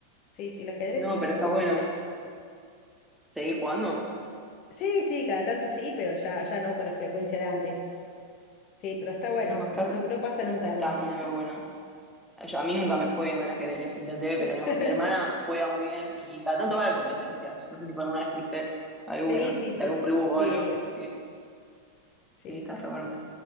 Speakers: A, on the left; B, in the centre.
A: Sí, sí, el ajedrez
B: No,
A: sí,
B: pero
A: me
B: está
A: gusta
B: bueno.
A: mucho.
B: ¿Seguís jugando?
A: Sí, sí, cada tanto sí, pero ya, ya no con la frecuencia de antes. Sí, pero está bueno,
B: No, está,
A: no, no, no pasa nunca
B: está
A: de moda.
B: muy bueno. Yo, a mí nunca me fue bien con el ajedrez, intenté, pero no.
A: <laughs>
B: Mi hermana juega muy bien y cada tanto va a competencias. No sé si por alguna vez fuiste a alguna,
A: Sí, sí, sí,
B: de algún club
A: sí,
B: o algo.
A: he ido.
B: Sí,
A: Sí,
B: sí, está re bueno.